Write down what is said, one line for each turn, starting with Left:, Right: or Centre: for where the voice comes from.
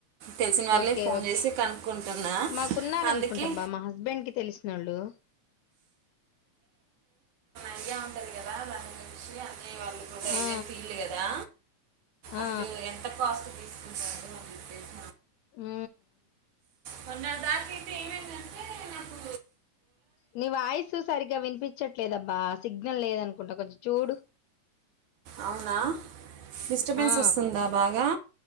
Right: తెలిసిన వాళ్ళే
Left: ఓకే
Right: ఫోన్
Left: ఓకే
Right: చేసి కనుక్కుంటున్నా
Left: మాకున్నారనుకుంటాబ్బా
Right: అందుకే
Left: మా హస్బెండ్ కి తెలిసిన వాళ్ళు
Right: అడిగే ఉంటుంది కదా దాని గురించి అన్నయ్య వాళ్ళు కూడా
Left: ఆ
Right: ఇదే ఫీల్డ్ కదా
Left: ఆ
Right: అసలు ఎంత కాస్ట్ తీసుకుంటారు అని చెప్పేసి
Left: ఉ
Right: మన్నార దాకా అయితే ఏమైందంటే నాకు
Left: నీ వాయిసు సరిగ్గా వినిపించట్లేదబ్బా సిగ్నల్ లేదనుకుంటా కొంచెం చూడు
Right: అవునా డిస్టర్బెన్స్
Left: ఆ!
Right: వస్తుందా బాగా